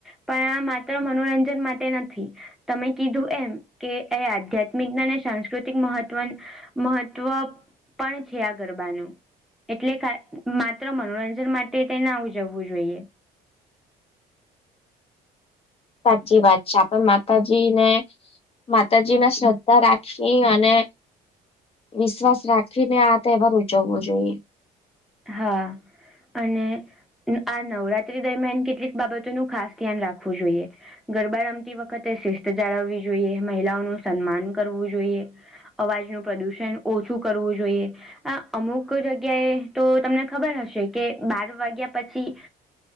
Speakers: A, in the centre; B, on the left (about 35°).
A: પણ આ માત્ર મનોરંજન માટે નથી. તમે કીધું એમ કે એ આધ્યાત્મિક જ્ઞાન અને સાકૃતિક મહત્વ મહત્વ પણ છે આ ગરબાનું. એટલે માત્ર મનોરંજન માટે તે ના ઉજવવું જોઈએ.
B: સાચી વાત છે. આપણે માતાજી ને માતાજીને શ્રદ્ધા રાખી અને વિશ્વાસ રાખીને આ તહેવાર ઉજવવો જોઈએ.
A: હા અને આ નવરાત્રી દરમિયાન કેટલીક બાબતોનું ખાસ ધ્યાન રાખવું જોઈએ ગરબા રમતી વખતે શિસ્ત જાળવવી જોઈએ મહિલાઓનું સન્માન કરવું જોઈએ અવાજ નું પ્રદુષણ ઓછું કરવું જોઈએ આ અમુક જગ્યાએ તો તમને ખબર હશે કે બાર વાગ્યા પછી